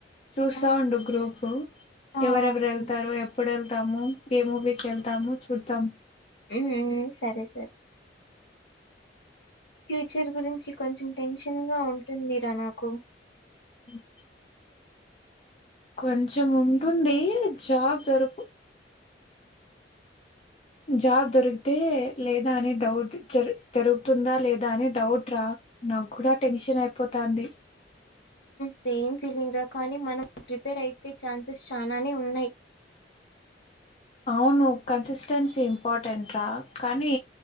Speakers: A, on the left; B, on the left.
A: చూస్తా
B: ఆ!
A: ఉండు గ్రూపు
B: ఆ!
A: ఎవరెవరు వెళ్తారు
B: హ్మ్.
A: ఎప్పుడు వెళ్ తాము ఏం మూవీకి వెళ్తామో చూద్దాం
B: హ్మ్ సరే సరే ఫ్యూచర్ గురించి కొంచెం టెన్షన్‌గా ఉంటుందిరా నాకు
A: హ్మ్ కొంచెం ఉంటుంది జాబ్ దొరుకు జాబ్ దొరికితే లేదా అని డౌట్ దొరుకుతుందా లేదా అని డౌట్‌రా నాక్కూడా టెన్షన్ అయిపోతాంది
B: సేమ్ ఫీలింగ్ రా కానీ మనం ప్రిపేర్ అయితే ఛాన్సెస్ చానానే ఉన్నాయి
A: అవును కన్సిస్టెన్సీ ఇంపార్టెంట్ రా కానీ